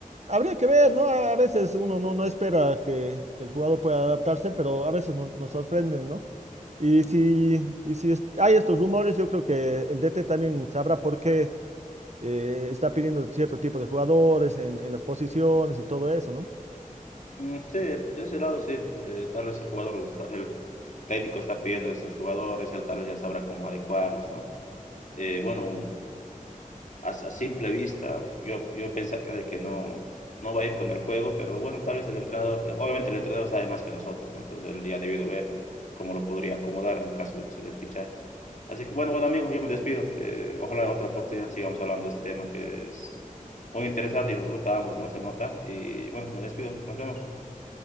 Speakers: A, on the right; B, on the left.
A: habría que ver, ¿no? A a veces uno no, no espera que, que el jugador pueda adaptarse, pero a veces no- nos sorprenden, ¿no? Y si, y si es- hay estos rumores, yo creo que el DT también sabrá por qué eh, está pidiendo cierto tipo de jugadores en, en las posiciones y todo eso, ¿no?
B: Mm, sí, de ese lado sí, eh, tal vez el jugador, lo está- el técnico está pidiendo a estos jugadores, él tal vez ya sabrá cómo adecuarlos, ¿no? Eh, bueno, a, a simple vista, yo, yo pensaría de que no, no va a ir con el juego, pero bueno, tal vez el entrenador, obviamente el entrenador sabe más que nosotros, ¿no? Entonces él ya ha debido ver cómo lo podría acomodar en caso de que se dé el fichaje. Así que bueno, bueno amigos, yo me despido. Eh, ojalá en otra oportunidad sigamos hablando de este tema que es muy interesante y nos gusta a ambos, ¿no? Se nota. Y bueno, me despido. Nos vemos.